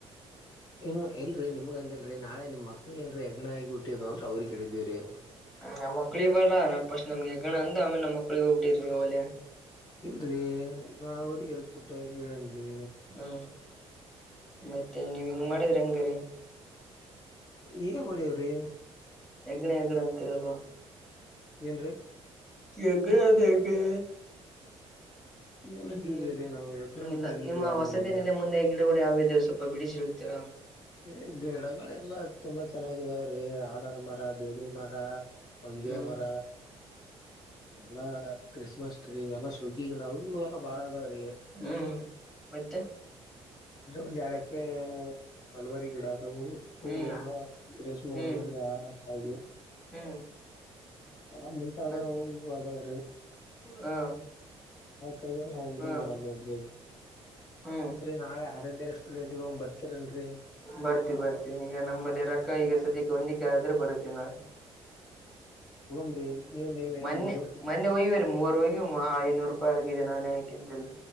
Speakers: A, on the left; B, in the centre.
A: ಹಂಗ ಇಲ್ರಿ ನಿಮಗ ಅಂದಲ್ರಿ ನಾಳೆ ನಿಮ್ಮ ಮಕ್ಳಿಗೆ ಹೆಗಣ ಹಾಗಿ ಹುಟ್ಟಿದ್ ಅವ್ರಗ್ ಕೇಳಿದಿವಿರಿ.
B: ನಮ್ಮ ಮಕ್ಳಿಗೆ ಬರ್ರ ಫ್ರಿಸ್ಟ್ ನಮಗೆ ಹೆಗಣ ಅಂದ ನಮ್ಮ ಮಕ್ಳಿಗೆ ಹುಟ್ಟಿರಿ ನೀವು ಒಲೆ.
A: ಇಲ್ರರಿ ನಾವ ಅವ್ರ <unintelligible> ಹೇಳೇನ್ರಿ.
B: ಹ್ಮ್ ಮತ್ತೆ ನೀವ್ ಹಂಗ ಮಾಡಿದ್ರಿ ಹಂಗರಿ
A: ಏನ ಮಾಡವ್ರಿ.
B: ಹೆಗ್ಣ ಹೆಗ್ಣ ಅಂತೀರಲ್ವಾ.
A: ಏನ್ರಿ
B: ಹೆಗ್ಗಣ ಅದೇ ಹೆಂಗೆ
A: ಏನಂದಿದೀರಿ
B: ಹ್ಮ್
A: ನಾವು ಹೆಗ್ಗಣ
B: ಹ್ಮ್
A: ಅಂತ
B: ಇಲ್ಲ
A: ಅಂದಿದ್ವಾ
B: ನಿಮ್ಮ ವಸತಿ
A: ನಿಮಗ
B: ನಿಲಯ ಮುಂದೆ ಗಿಡಗಳು ಯಾವ ಇದಾವ ಸ್ವಲ್ಪ ಬಿಡಿಸಿ ಹೆಳತೀರಾ
A: ಏ ಗಿಡಗಳೆಲ್ಲಾ ತುಂಬಾ ಚೆನ್ನಾಗಿದಾವ್ರೀ ಹಲದ ಮರ ಬೇವಿನ ಮರ. ಹೊಂಗೆ
B: ಹ್ಮ್
A: ಮರ ಎಲ್ಲಾ ಕ್ರಿಸ್ಮಸ್ ಟ್ರೀ ಎಲ್ಲ ಶೋಕಿ ಗಿಡ. ಇನ್ನ ಬಾಳ ಅದಾವ್ರೀ
B: ಹ್ಮ್ ಮತ್ತೆ
A: ಒಂದ ಎರಡ್ ಎಕರೆ. ಹಲ್ವಾರಿ ಗಿಡ ಆದದವು ಅ
B: ಹ್ಮ್
A: ಎಲ್ಲ ಗ್ರೀಷ್ಮ
B: ಹ್ಮ್
A: ಗಿಡ ಯಾರ ಕಾಯ.
B: ಹ್ಮ್
A: ಎಲ್ಲ ಮುಂತಾದವು
B: ಮತ್
A: ಅವು ಇವು ಅದಾವ್ರಿ.
B: ಹಾ
A: ಆಕಾಗಿನ್ ನಾವು ಇದು
B: ಹಾ
A: ಮಾಡಲ್ಲ ಬೈ
B: ಹ್ಮ್
A: ನಾಳೆ ಆರಾಧ್ಯ ರೆಸ್ಟೋಡೆಂಟ್ ಹೋಗೋನು ಬರ್ತೀರೇನ್ರಿ.
B: ಬರ್ತೀವಿ ಬರ್ತೀವಿ ಈಗ ನಮ್ಮದ ರೊಕ್ಕ ಈಗ ಸದ್ಯಕ್ಕೆ ಹೊಂದಿಕ ಆದ್ರೆ ಬರ್ತೀವಿ ನಾಳೆ.
A: <inaudible> ಹೋಗಮ್ರಿ ನೀವ್ ನೀವೇ
B: ಮನ್ನೆ ಮ <unintelligible>
A: ನಿಮ್ ದೋಸ್ತರು
B: ನನ್ನೆ ಒಯ್ಯವರಿ ಮೂವರು ಹೋಗಿ ಐನೂರು ರೂಪಾಯಿ ಆಗಿದೆ ನಾನೇ ಹಾಕೆ ಎಲ್ಲ.